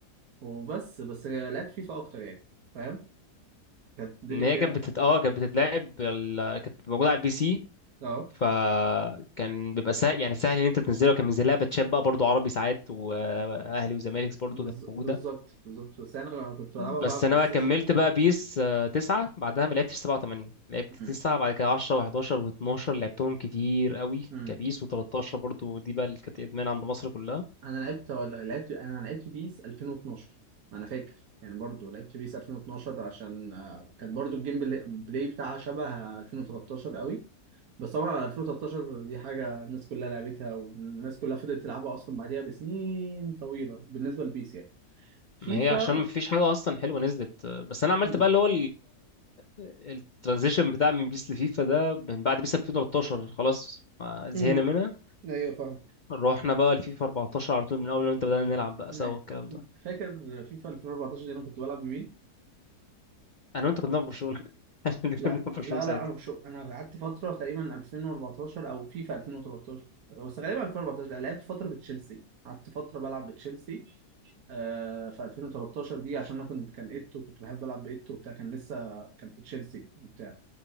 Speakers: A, on the right; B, on the left.
A: وبس بس لعبت فيفا أكتر يعني فاهم كانت الدنيا
B: ان هي
A: فيها
B: كانت بتت... اه كانت بتتلعب ال... كانت موجوده على البي سي
A: أه
B: فكان بيبقى سهل يعني سهل ان انت تنزلها وكان منزلها باتشات بقى برضو عربي ساعات واهلي وزمالك برضو
A: بز...
B: كانت موجوده
A: بالظبط بالظبط بس أنا كنت بلعبها
B: بس
A: بقى بلاي
B: انا بقى
A: ستيشن
B: كملت بقى بيس آه، 9 بعدها ما لعبتش 7 و8 لعبت
A: مم.
B: 9 بعد كده 10 و11 و12 لعبتهم كتير قوي
A: مم.
B: كبيس و13 برضو دي بقى اللي كانت ادمان عند مصر كلها
A: أنا لعبت ولا لعبت أنا لعبت بيس 2012 أنا فاكر يعني برضو لعبت بيس 2012 عشان آه، كانت برضو الجيم بلاي بلاي بتاعها شبه 2013 قوي بس طبعا 2013 دي حاجة الناس كلها لعبتها والناس كلها فضلت تلعبها أصلا بعديها بسنين طويلة بالنسبة لبيس يعني فيفا
B: ما هي عشان ما فيش حاجه اصلا حلوه نزلت بس انا عملت
A: مم.
B: بقى اللي هو الترانزيشن بتاع من بيس لفيفا ده من بعد بيس 2013 خلاص ما زهقنا
A: امم
B: منها
A: ايوه فاهمك
B: رحنا بقى لفيفا 14 على طول من اول ما انت بدأنا نلعب بقى
A: ايوه
B: سوا الكلام ده
A: فاكر فيفا 2014 دي انا كنت بلعب بمين؟
B: انا وانت كنا بنلعب برشلونه <laughs> عشان كنا
A: لا
B: بنلعب برشلونه
A: لا
B: ساعتها
A: لا انا مش انا قعدت فتره تقريبا 2014 او فيفا 2013 بس غالبا 2014 لا لعبت فتره بتشيلسي قعدت فتره بلعب بتشيلسي آه في 2013 دي عشان انا كنت كان ايتو كنت بحب العب بايتو وبتاع كان لسه كان في تشيلسي وبتاع